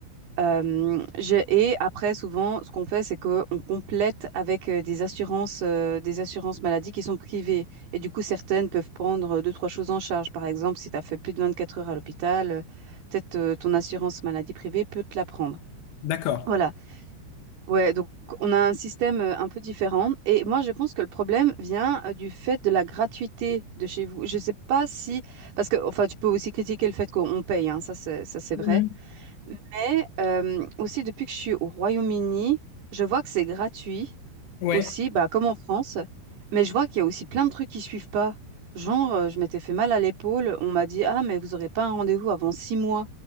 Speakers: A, on the right; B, on the left.
A: Euh, j'ai- et après, souvent, ce qu'on fait, c'est qu'on complète avec euh, des assurances, euh, des assurances maladies qui sont privées. Et du coup, certaines peuvent prendre euh, deux, trois choses en charge. Par exemple, si tu as fait plus de 24 heures à l'hôpital, euh, peut-être euh, ton assurance maladie privée peut te la prendre.
B: d'accord.
A: Voilà. Ouais, donc on a un système euh, un peu différent. Et moi, je pense que le problème vient euh, du fait de la gratuité de chez vous. Je sais pas si... Parce que, enfin, tu peux aussi critiquer le fait qu'on paye, hein, ça c'est, ça c'est
B: Mhm.
A: vrai. Mais euh, aussi, depuis que je suis au Royaume-Uni, je vois que c'est gratuit
B: Ouais.
A: aussi, bah, comme en France. Mais je vois qu'il y a aussi plein de trucs qui suivent pas. Genre, euh, je m'étais fait mal à l'épaule, on m'a dit, ah, mais vous aurez pas un rendez-vous avant six mois.